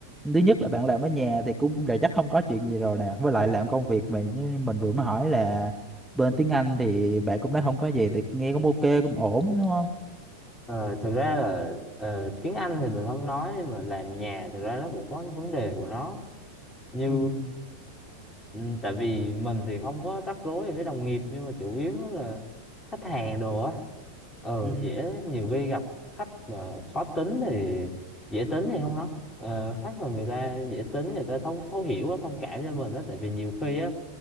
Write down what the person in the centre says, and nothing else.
thứ nhất là bạn làm ở nhà thì cũng đã chắc không có chuyện gì rồi nè với lại làm công việc mà như mình vừa mới hỏi là bên tiếng Anh thì bạn cũng nói không có gì thì nghe cũng ok cũng ổn đúng không
ừ
ừ